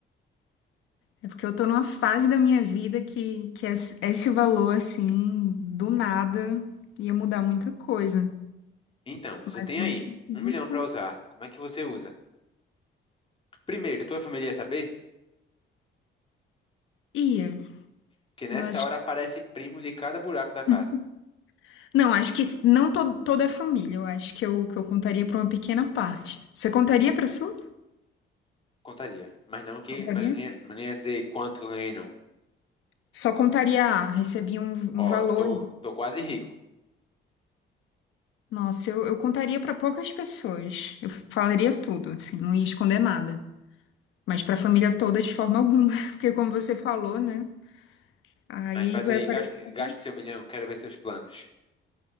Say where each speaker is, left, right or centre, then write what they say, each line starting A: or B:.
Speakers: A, on the left; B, on the left.
A: é porque eu tô numa fase da minha vida que, que é esse é esse valor, assim, do nada, ia mudar muita coisa.
B: Então, você
A: Mas
B: tem
A: ao mesmo
B: aí
A: tempo,
B: um milhão para usar. Como é que você usa? Primeiro, tua família ia saber?
A: ia.
B: Porque nessa
A: Eu acho
B: hora
A: que.
B: aparece primo de cada buraco da casa.
A: <laughs> Não, acho que não to- toda a família. Eu acho que eu, que eu contaria pra uma pequena parte. Você contaria pra sua?
B: Contaria. Mas não que,
A: Contaria?
B: mas eu não ia, não ia dizer quanto eu ganhei, não.
A: Só contaria, ah, recebi um,
B: Ó,
A: um valor.
B: eu tô, tô quase rico.
A: Nossa, eu, eu contaria para poucas pessoas. Eu falaria tudo, assim, não ia esconder nada. Mas para a família toda, de forma alguma. <laughs> Porque, como você falou, né? Aí
B: Mas faz
A: vai
B: aí,
A: aparecer.
B: gaste, gaste seu milhão, quero ver seus planos.